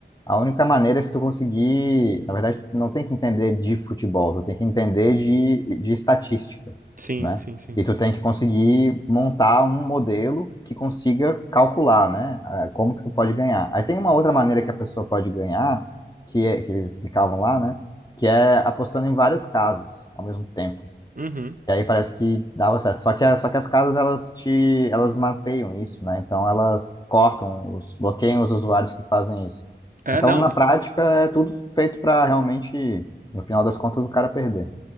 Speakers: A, on the left; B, on the right.
A: A única maneira é se tu conseguir, na verdade, tu não tem que entender de futebol, tu tem que entender de, de estatística,
B: Sim,
A: né?
B: sim, sim.
A: E tu tem que conseguir montar um modelo que consiga calcular, né? ah, Como que tu pode ganhar. Aí tem uma outra maneira que a pessoa pode ganhar, que é, que eles explicavam lá, né? Que é apostando em várias casas ao mesmo tempo.
B: Uhum.
A: E aí parece que dava certo. Só que, a- só que as casas, elas te, elas mapeiam isso, né? Então elas cortam, os, bloqueiam os usuários que fazem isso.
B: É,
A: Então,
B: não.
A: na prática, é tudo feito para realmente, no final das contas, o cara perder.